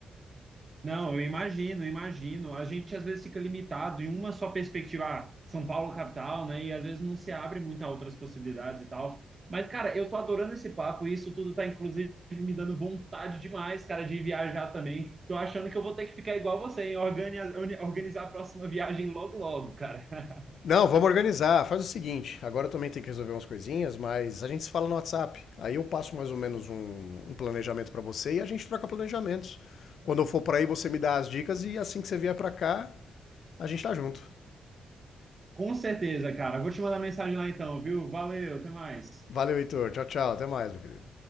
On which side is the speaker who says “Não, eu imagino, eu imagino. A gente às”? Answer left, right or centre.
Right